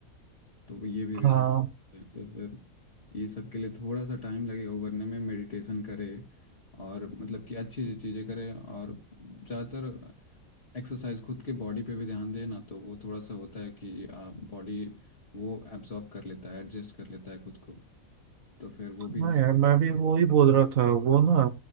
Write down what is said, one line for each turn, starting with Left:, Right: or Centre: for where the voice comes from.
Left: तो ये भी रीजन
Right: हाँ
Left: है तो फिर ये सब के लिए थोड़ा सा टाइम लगेगा उभरने में मेडिटेशन करे और मतलब कि अच्छी चीज़ें करे और ज़्यादातर एक्सरसाइज खुद के बॉडी पे भी ध्यान दे ना तो वो थोड़ा सा होता है कि आप बॉडी वो एब्जॉर्ब कर लेता है एडजस्ट कर लेता है खुद को तो फिर वो
Right: हाँ
Left: भी
Right: यार मैं भी वो ही बोल रहा था वो ना